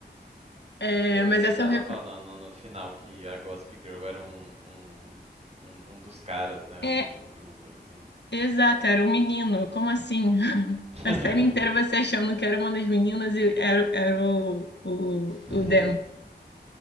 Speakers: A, on the left (about 80°); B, on the right (about 35°).
A: É,
B: E eu lembro
A: mas essa
B: dela
A: eu recru...
B: falando no final que a Gossip Girl era um, um, um, um dos caras, né,
A: É,
B: do, do grupo, assim.
A: exato, era um menino. Como assim? <laughs>
B: <laughs>
A: A série inteira você achando que era uma das meninas e era, era o, o,
B: <laughs>
A: o Dan.